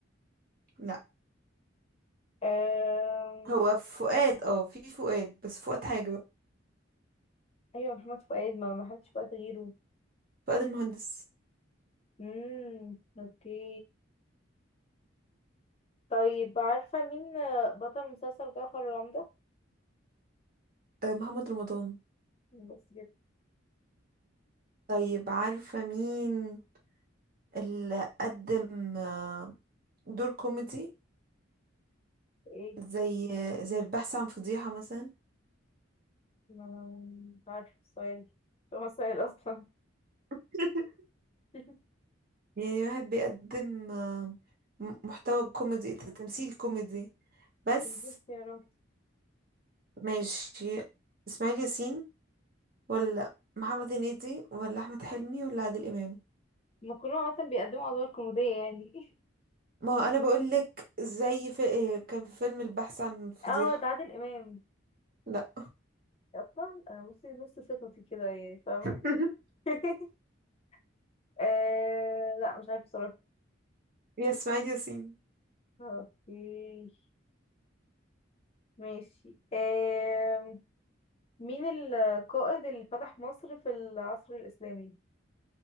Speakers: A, on the right (about 50°); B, on the left (about 30°).
A: لا
B: آه،
A: هو فؤاد اه في فؤاد بس فؤاد حاجة بقى
B: ايوه محمد فؤاد ما ما حدش بقى غيره
A: فؤاد المهندس
B: امم اوكي طيب عارفة مين آه، بطل مسلسل جعفر العمدة
A: آه، محمد رمضان
B: بس كده
A: طيب عارفة مين اللي قدم آه، دور كوميدي
B: ايه
A: زي زي البحث عن فضيحة مثلا
B: ما ما- مش عارفة السؤال مش هو السؤال اصلا
A: <laughs>
B: <laughs>
A: يعني واحد بيقدم آه، م- محتوى كوميدي ت- تمثيل كوميدي بس
B: ما اختيارات
A: ماشي اسماعيل ياسين ولا محمد هنيدي ولا احمد حلمي ولا عادل امام
B: ما كلهم عادة بيقدموا ادوار كوميدية يعني
A: ما هو انا بقول لك زي في... إيه، كان في فيلم البحث عن
B: <laughs>
A: فضيحة
B: اه ده عادل امام
A: لا
B: اصلا انا بصي نص ثقتي كده يعني فاهمه
A: <laughs>
B: <laughs> آه لا مش عارفه بصراحه
A: يا اسماعيل ياسين
B: اوكي ماشي آه مين القائد اللي فتح مصر في العصر الاسلامي